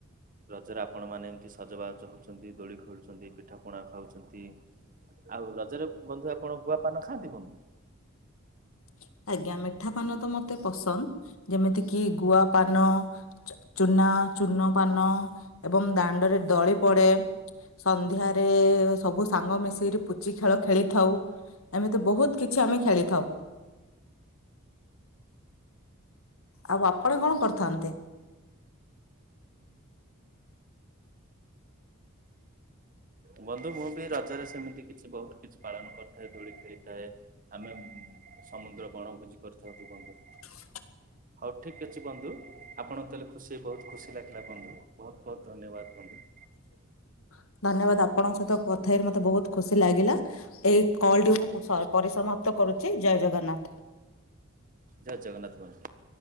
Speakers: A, on the right (about 40°); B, on the left (about 85°).
A: ରଜରେ ଆ ଆପଣ ମାନେ ଏମତି ସଜବାଜ ହୋଉଛନ୍ତି ଦୋଳି ଖେଳୁଛନ୍ତି ପିଠା ପଣା ଖାଉଛନ୍ତି। ଆଉ ରଜରେ ବନ୍ଧୁ ଆପଣ ଗୁଆପାନ ଖାଆନ୍ତି ବନ୍ଧୁ?
B: <inaudible> ଆଜ୍ଞା ମିଠାପାନ ତ ମତେ ପସନ୍ଦ ଯେମିତି କି ଗୁଆପାନ ଚ ଚୂନ୍ ନା ଚୂନ ପାନ ଏବଂ ଦାଣ୍ଡରେ ଦଳି ପଡେ। ସନ୍ଧ୍ୟାରେ ସବୁ ସାଙ୍ଗ ମିଶିକିରି ପୁଚି ଖେଳ ଖେଳିଥାଉ। ଏମିତି ବହୁତ କିଛି ଆମେ ଖେଳିଥାଉ। ଆଉ ଆପଣ କଣ କରିଥାନ୍ତେ।
A: ବନ୍ଧୁ ମୁଁ ବି ରଜରେ ସେମିତି କିଛି ବହୁତ କିଛି ପାଳନ କରିଥାଏ ଦୂଳି ଖେଳିଥାଏ ଆମେ ସମୁଦ୍ର ବଣଭୋଜି କରିଥାଉନ୍ତୁ କହନ୍ତୁ।
B: <inaudible>
A: ହଉ ଠିକ୍ ଅଛି ବନ୍ଧୁ ଆପଣତେଲେ ଖୁସି ବହୁତ ଖୁସି ଲାଗିଲା ବନ୍ଧୁ ବହୁତ ବହୁତ ଧନ୍ୟବାଦ ବନ୍ଧୁ।
B: ଁ <unintelligible> ଧନ୍ୟବାଦ ଆପଣଙ୍କ ସହିତ କଥେଇରେ ମତେ ବହୁତ ଖୁସି ଲାଗିଲା ଏଇ କଲ୍ ଟି ମୁ ପରିଶ୍ରମ। ପ୍ରତ କରୁଛି ଜୟ ଜଗନ୍ନାଥ ୍।
A: ଜୟ ଜଗନ୍ନାଥ ବନ୍ଧୁ।